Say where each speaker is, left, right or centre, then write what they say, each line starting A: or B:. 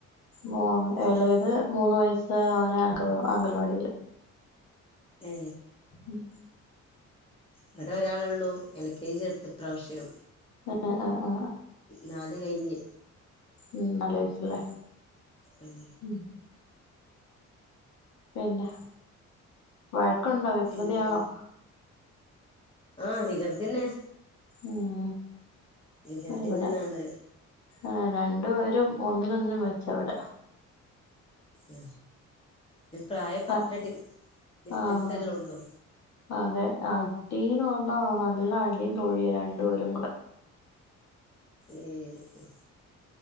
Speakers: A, on the left; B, on the left.
A: മ
B: ആഹ്
A: ഏളെത് മൂന്ന് വയസ്സ് അവന അങ്ക അംഗൽവാടിയില്
B: ഏ
A: ഉം
B: ഇവിടെ ഒരാളള്ളു എൽ കെ ജി ചേർത്ത് ഇപ്രാവശ്യം
A: ആ ആ
B: നാല് കഴിഞ്ഞ്
A: ഉം നല്ല വയസല്ലേ
B: ഉം
A: ഉം പിന്നെ വഴക്കുണ്ടോ വികൃതിയാണോ
B: പിന്നെ ആഹ് വികൃത്തിന്നെ
A: ഉം
B: വികൃതിന്നെയാണ്
A: ആ ഇവിടെ
B: ആള്
A: ആ രണ്ടു പേരും ഒന്നിനൊന്നിനും മെച്ചാ ഇവടെ
B: ആ ഇത് പ്രായപ്പം അത്ര
A: ആഹ്
B: ഡി ഡിസ്റ്റൻസല്ലേ
A: ആഹ്
B: ഒള്ളൂ
A: അതെ അടീന്ന് വന്നാ നല്ല അടിയും തൊഴിയാ രണ്ടുപേരും കൂടെ
B: ഏ എ